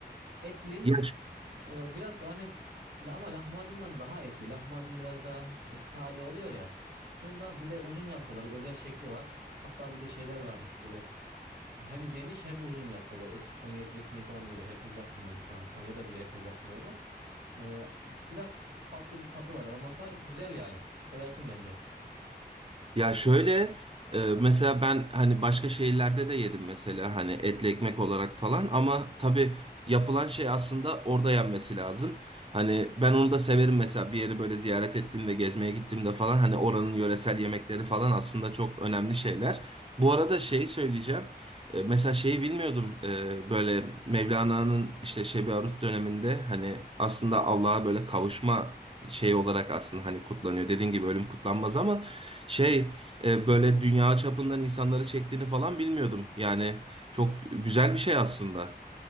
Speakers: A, on the right; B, on the right.
A: Etli
B: Ya
A: e, biraz hani öyle ama lahmacundan daha etli. Lahmacun biraz daha e, sade oluyor ya. Bunda bir de uzun yapıyorlar. Özel şekli var. Hatta bir de şeyler varmış böyle hem geniş hem uzun yapıyorlar. Eski Konya etli ekmeği falan diyorlar. Herkes yapmıyor onu şu an. Konya'da bile herkes yapmıyor onu. Ee, Biraz farklı bir tadı var, aroması var. Güzel yani. Seversin bence.
B: Ya şöyle e, mesela ben hani başka şehirlerde de yedim mesela hani etli ekmek olarak falan ama tabii yapılan şey aslında orada yenmesi lazım. Hani ben onu da severim mesela bir yeri böyle ziyaret ettiğimde gezmeye gittiğimde falan hani oranın yöresel yemekleri falan aslında çok önemli şeyler. Bu arada şey söyleyeceğim. E, Mesela şeyi bilmiyordum E, böyle Mevlana'nın işte Şebi Arus döneminde hani aslında Allah'a böyle kavuşma şey olarak aslında hani kutlanıyor. Dediğin gibi ölüm kutlanmaz ama şey e, böyle dünya çapından insanları çektiğini falan bilmiyordum. Yani çok güzel bir şey aslında.